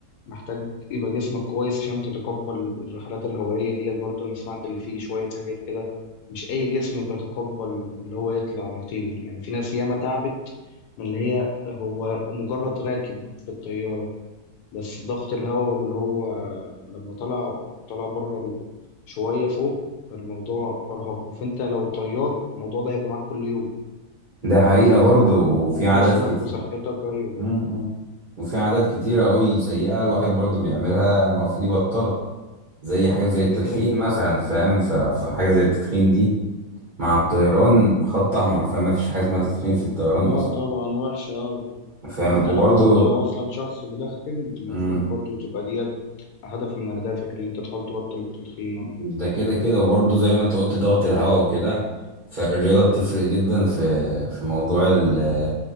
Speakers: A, on the left; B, on the right.
A: محتاج يبقى جسمك كويس عشان تتقبل الرحلات الهوائيه ديت برضه انا سمعت اللي فيه شويه حاجات كده مش اي جسم بيتقبل اللي هو يطلع يطير يعني في ناس ياما تعبت من اللي هي هو مجرد راكب في الطياره بس ضغط الهواء اللي هو لما طلع طلع بره ال- شوية فوق الموضوع أرهقه فأنت لو طيار الموضوع ده هيبقى معاك كل يوم
B: ده حقيقة
A: أنت لازمك
B: برضه وفي
A: جسمك
B: عادات كتير
A: وصحتك أيوة
B: مم. مم. وفي عادات كتيرة أوي سيئة الواحد برضه بيعملها المفروض يبطلها زي حاجة زي التدخين
A: ده كده كده
B: مثلا
A: طبعا
B: فاهم ف- فحاجة زي التدخين دي مع الطيران خط أحمر فاهم مفيش حاجة اسمها تدخين في الطيران
A: لا
B: أصلا
A: طبعا وحشة أه
B: فاهم
A: أنت
B: وبرضه
A: لو أنت لو أصلا شخص مدخن المفروض
B: مم.
A: برضو تبقى ديت هدف من أهدافك اللي أنت تحاول تبطل التدخين اه
B: ده كده كده وبرضه زي ما أنت قلت ضغط الهواء وكده فالرياضة بتفرق جدا في في موضوع ال-